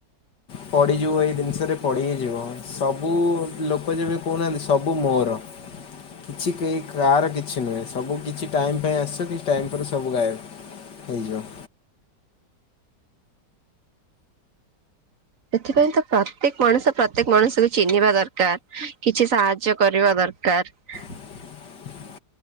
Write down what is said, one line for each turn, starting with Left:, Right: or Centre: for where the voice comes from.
Left: ପଡିଯିବ ଏଇ ଜିନିଷରେ ପଡି ହିଁ ଯିବ ସବୁ ଲୋକ ଯେବେ କହୁନାହାନ୍ତି ସବୁ ମୋର। କିଛି କେହି କାର କିଛି ନୁହେଁ ସବୁ କିଛି ଟାଇମ ପାଇଁ ଆସ ତି ଟାଇମ୍ ପରେ ସବୁ ଗାଏବ ହେଇଯିବ।
Right: ସେଥିପାଇଁ ତ ପ୍ରତ୍ୟେକ ମଣିଷ ପ୍ରତ୍ୟେକ ମଣିଷକୁ ଚିହ୍ନିବା ଦରକାର କିଛି ସାହାଯ୍ୟ କରିବା ଦର କାର।
Left: <inaudible>